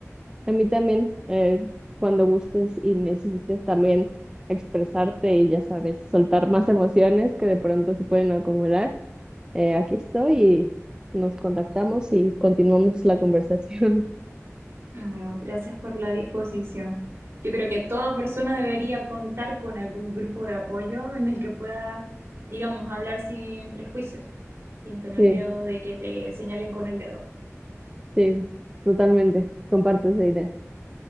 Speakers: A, on the right (about 15°); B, on the right (about 60°).
A: A mí también, eh, cuando gustes y necesites también expresarte y ya sabes, soltar más emociones que de pronto se pueden acumular, eh, aquí estoy y nos contactamos y continuamos la conversación. <laughs>
B: Ah, Gracias por la disposición. Yo creo que toda persona debería contar con algún grupo de apoyo en el que pueda, digamos, hablar sin prejuicios, sin tener
A: Sí,
B: miedo de que te señalen con el dedo.
A: sí, totalmente. Comparto esa idea.